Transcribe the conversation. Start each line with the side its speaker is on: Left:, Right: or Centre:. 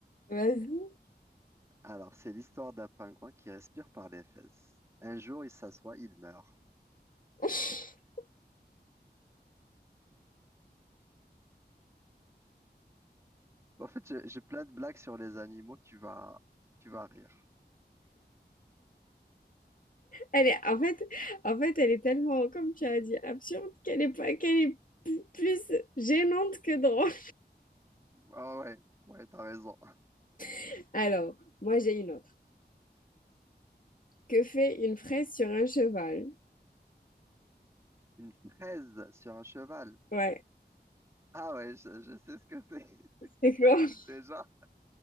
Left: Vas-y.
Right: Alors, c'est l'histoire d'un pingouin qui respire par les fesses. Un jour, il s'assoit, il meurt.
Left: <laughs>
Right: En fait, j'ai j'ai plein de blagues sur les animaux. Tu vas, tu vas rire.
Left: Elle est, en fait, en fait, elle est tellement, comme tu as dit, absurde qu'elle est pas, qu'elle est p- plus gênante que drôle.
Right: Ah ouais, ouais, t'as raison.
Left: <laughs> Alors, moi, j'ai une autre. Que fait une fraise sur un cheval?
Right: Une fraise sur un cheval.
Left: Ouais.
Right: Ah ouais, je je sais ce que c'est. <laughs>
Left: C'est quoi?
Right: Je rigole
Left: <laughs>
Right: déjà.